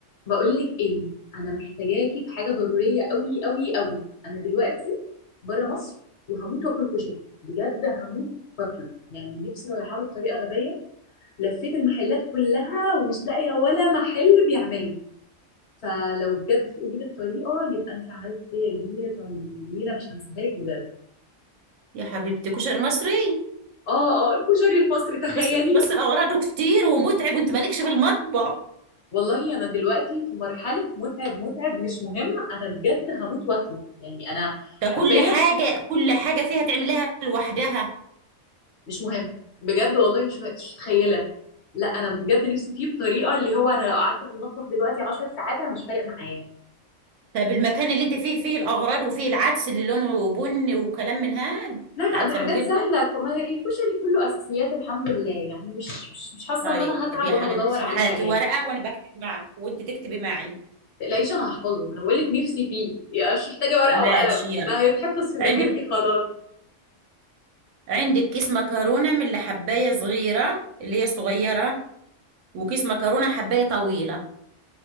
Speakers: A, on the left; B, on the right.
A: بقولك ايه انا محتاجاكي في حاجه ضروريه قوي قوي قوي انا دلوقتي بره مصر وهموت واكل كشري بجد هموت واكله يعني نفسي رايحه له بطريقه غبيه لفيت المحلات كلها ومش لاقيه ولا محل بيعمله فلو بجد تقولي لي الطريقه يبقى انت عملت فيا جميله عمري جميله مش هنساها لك بجد
B: يا حبيبتي كشري مصري
A: اه اه الكشري المصري تخيلي
B: بس بس اغراضه كتير ومتعب وانت مالكش في المطبخ
A: والله انا دلوقتي في مرحله متعب متعب مش مهم انا بجد هموت واكله يعني انا
B: ده
A: حرفيا
B: كل حاجه كل حاجه فيها تعملها لوحدها
A: مش مهم بجد والله مش مهم. أنت مش متخيله لا انا بجد نفسي فيه بطريقه اللي هو انا لو قعدت في المطبخ دلوقتي 10 ساعات انا مش فارق معايا
B: طب المكان اللي انت فيه فيه الاغراض وفيه العدس اللي لونه بني وكلام من هاد
A: لا لا
B: عدس
A: ده حاجات
B: ابو جبه
A: سهله ك- ما هي الكشري كله اساسيات الحمد لله يعني مش مش مش حاسه
B: طيب
A: ان انا هتعب
B: يا
A: وانا
B: حبيبتي
A: بدور على
B: هاتي
A: الحاجات
B: ورقه وانا بكتب معك وانت تكتبي معي
A: ما تقلقيش انا هحفظه انا بقول لك نفسي فيه يعني مش محتاجه ورقه
B: ماشي
A: وقلم
B: يلا
A: ده هيتحفظ في ذاكرتي
B: عندك
A: خلاص
B: عندك كيس مكرونه من اللي حبايه صغيره اللي هي صغيره وكيس مكرونه حبايه طويله